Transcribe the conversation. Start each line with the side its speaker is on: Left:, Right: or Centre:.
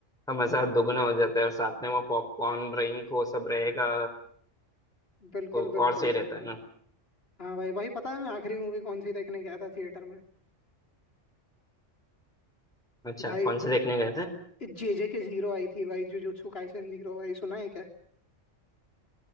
Centre: का मजा दोगुना हो जाता है और साथ में वो पॉपकॉर्न ड्रिंक वो सब रहेगा
Left: बिल्कुल
Centre: तो
Left: बिल्कुल
Centre: और सही
Left: बिल्कुल
Centre: रहता है ना
Left: हाँ भाई भाई पता है मैं आखिरी मूवी कौन सी देखने गया था थिएटर में
Centre: अच्छा
Left: भाई
Centre: कौन से देखने गए थे
Left: जेजे के जीरो आई थी भाई जुजुत्सु काइसेन जीरो भाई सुना है क्या